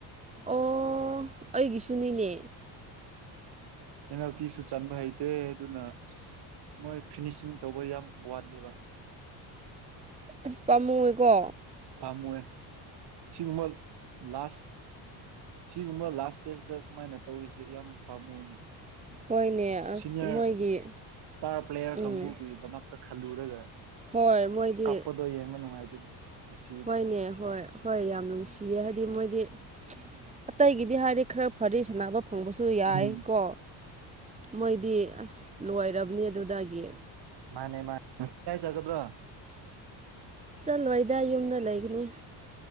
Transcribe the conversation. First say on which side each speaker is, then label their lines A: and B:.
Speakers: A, on the right; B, on the right.
A: ꯑꯣ ꯑꯩꯒꯤꯁꯨꯅꯤꯅꯦ
B: ꯄꯦꯉꯜꯇꯤꯁꯨ ꯆꯟꯕ ꯍꯩꯇꯦ ꯑꯗꯨꯅ ꯃꯣꯏ ꯐꯤꯅꯤꯁꯤꯡ ꯇꯧꯕ ꯌꯥꯝ ꯋꯥꯠꯂꯦꯕ
A: ꯑꯁ ꯄꯥꯝꯃꯨꯑꯦꯀꯣ
B: ꯄꯥꯝꯋꯦ ꯁꯤꯒꯨꯝꯕ ꯂꯥꯁ ꯁꯤꯒꯨꯝꯕ ꯂꯥꯁ ꯏꯁꯇꯦꯖꯇ ꯁꯨꯃꯥꯏꯅ ꯇꯧꯔꯤꯁꯦ ꯌꯥꯝ ꯄꯥꯝꯃꯨꯑꯦꯅꯦ
A: ꯍꯣꯏꯅꯦ ꯑꯁ
B: ꯁꯤꯅꯤꯌꯔ
A: ꯃꯣꯏꯒꯤ
B: ꯏꯁꯇꯥꯔ ꯄ꯭ꯂꯦꯌꯔ
A: ꯎꯝ
B: ꯀꯥꯡꯕꯨꯨꯒꯤ ꯗꯃꯛ ꯇ ꯈꯜꯂꯨꯔꯒ
A: ꯍꯣꯏ ꯃꯣꯏꯗꯤ
B: ꯀꯞꯄꯗꯣ ꯌꯦꯡꯕ ꯅꯨꯡꯉꯥꯏꯇꯦꯅꯦ ꯉꯁꯤ
A: ꯍꯣꯏꯅꯦ ꯍꯣꯏ ꯍꯣꯏ ꯌꯥꯝ ꯅꯨꯡꯁꯤꯌꯦ ꯍꯥꯏꯗꯤ ꯃꯣꯏꯗꯤ ꯑꯇꯩꯒꯤꯗꯤ ꯍꯥꯏꯗꯤ ꯈꯔ ꯐꯔꯤ ꯁꯅꯥꯕ ꯐꯪꯕꯁꯨ ꯌꯥꯏ
B: ꯎꯝ
A: ꯀꯣ ꯃꯣꯏꯗꯤ ꯑꯁ ꯂꯣꯏꯔꯕꯅꯤ ꯑꯗꯨꯗꯒꯤ
B: ꯃꯥꯅꯦ ꯃꯥꯅꯦ ꯀꯥꯏ ꯆꯒꯗ꯭ꯔꯣ
A: ꯆꯠꯂꯣꯏꯗ ꯌꯨꯝꯗ ꯂꯩꯒꯅꯤ